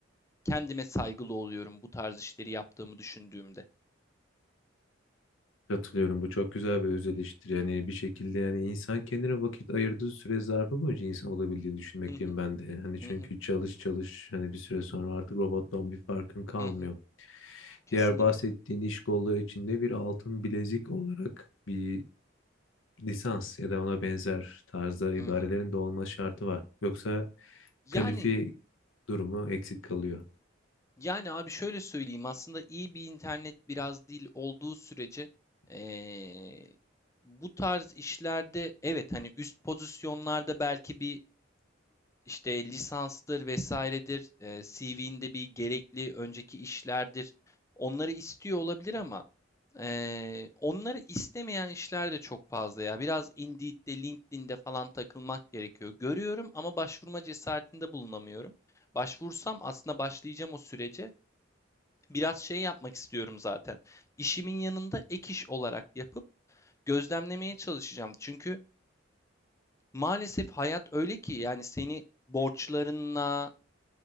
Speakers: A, on the left (about 15°); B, on the left (about 80°).
A: kendime saygılı oluyorum bu tarz işleri yaptığımı düşündüğümde.
B: Katılıyorum. Bu çok güzel bir öz eleştiri. Yani bir şekilde yani insan kendine vakit ayırdığı süre zarfı boyunca insan olabildiğini düşünmekteyim
A: Hı hı,
B: ben de. Hani
A: hı
B: çünkü
A: hı,
B: çalış çalış hani bir süre sonra artık robottan bir farkın kalmıyor.
A: hı hı, kesinlikle.
B: Diğer bahsettiğin iş kolları içinde bir altın bilezik olarak bir lisans ya da ona benzer tarzda ibarelerin
A: Hı hı.
B: de olma şartı var. Yoksa
A: Yani
B: kalifi durumu eksik kalıyor.
A: yani abi şöyle söyleyeyim aslında iyi bir internet biraz değil olduğu sürece eee, bu tarz işlerde evet hani üst pozisyonlarda belki bir işte lisanstır vesairedir, e, CV'nde bir gerekli önceki işlerdir. Onları istiyor olabilir ama e, onları istemeyen işler de çok fazla ya. Biraz Indeed'de, LinkedIn'de falan takılmak gerekiyor. Görüyorum ama başvurma cesaretinde bulunamıyorum. Başvursam aslında başlayacağım o sürece. Biraz şey yapmak istiyorum zaten. İşimin yanında ek iş olarak yapıp gözlemlemeye çalışacağım. Çünkü maalesef hayat öyle ki yani seni borçlarınla,